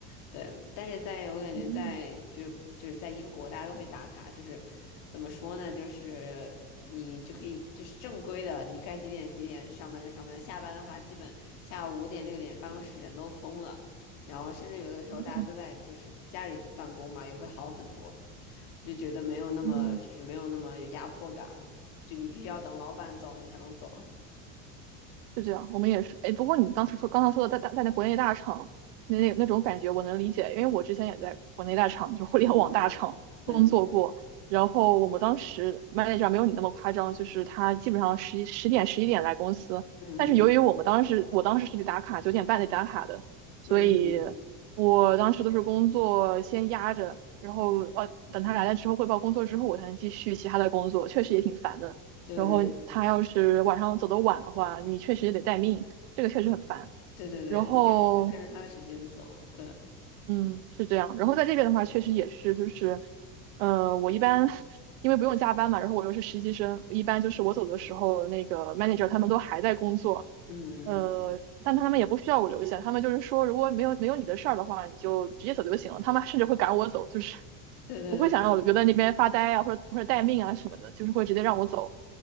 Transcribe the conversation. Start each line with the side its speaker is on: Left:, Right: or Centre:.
Left: 对，但是在我感觉在就是就是在英国，
Right: 嗯嗯
Left: 大家都会打卡，就是怎么说呢？就是你就可以就是正规的，你该几点几点上班就上班，下班的话基本下午五点六点办公室人都空了，然后甚至有的时候大家都在就是家里办公嘛，
Right: 嗯嗯。嗯
Left: 也会好很多。我就觉得没有那么就是没有那么有压迫感了，
Right: 嗯
Left: 就你必须要等老板走你才能走。
Right: 就这样，我们也是。哎，不过你当时说刚刚说的在大在那国内大厂那那那种感觉，我能理解，因为我之前也在国内大厂，就互联网大厂
Left: 嗯嗯，
Right: <laughs>
Left: 对，
Right: 工作过。
Left: 嗯
Right: 然后我们当时 manager 没有你那么夸张，就是他基本上十一十点十一点来公司，
Left: 嗯
Right: 但是由于我们当时我当时是得打卡，九点半得打卡的，所以
Left: 嗯嗯嗯，
Right: 我当时都是工作先压着，然后呃等他来了之后汇报工作之后，我才能继续其他的工作，确实也挺烦的。
Left: 对对对。
Right: 然后他要是晚上走得晚的话，你确实也得待命，这个确实很烦。
Left: 对对对，
Right: 然后，
Left: 你就跟着他的时间走，对，
Right: 嗯，是这样。然后在这边的话，确实也是，就是，呃，我一般 <laughs> 因为不用加班嘛，然后我又是实习生，一般就是我走的时候，那个 manager 他们都还在工作，
Left: 嗯，
Right: 呃，但他们也不需要我留下，他们就是说，如果没有没有你的事儿的话，你就直接走就行了。他们甚至会赶我走，就是
Left: 对对对，
Right: 不会想让我留在那边发呆啊，或者或者待命啊什么的，就是会直接让我走。